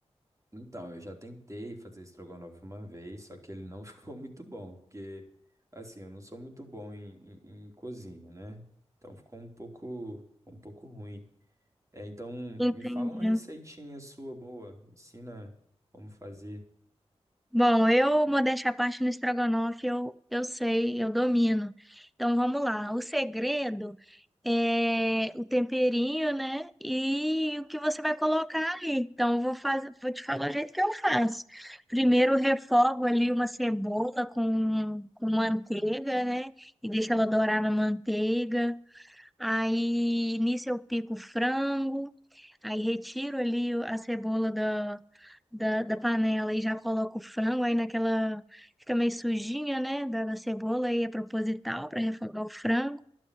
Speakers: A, on the right; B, in the centre.
A: Então, eu já tentei fazer estrogonofe uma vez, só que ele não <laughs> ficou muito bom, porque, assim, eu não sou muito bom em, em, em cozinha, né? Então ficou um pouco, um pouco ruim. É, então,
B: Entendi.
A: me fala uma receitinha sua boa, me ensina como fazer.
B: Bom, eu, modéstia à parte, no estrogonofe eu, eu sei, eu domino. Então vamos lá. O segredo é o temperinho, né? E o que você vai colocar ali. Então eu vou fazer, vou te falar o jeito que eu faço. Primeiro eu refogo ali uma cebola com, com manteiga, né? E deixo ela dourar na manteiga. Aí nisso eu pico o frango. Aí retiro ali o- a cebola da, da, da panela e já coloco o frango. Aí naquela. Fica meio sujinha, né? Da, da cebola. Aí é proposital para refogar o frango.